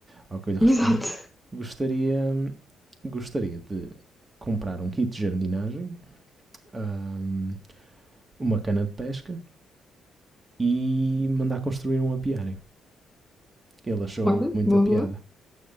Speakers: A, on the right; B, in the centre.
A: Ao que eu lhe
B: <laughs>
A: respondo:
B: exato.
A: gostaria, gostaria de comprar um kit de jardinagem, ahm, uma cana de pesca e mandar construir um apiário. Ele achou
B: Olha,
A: muita
B: boa,
A: piada.
B: boa.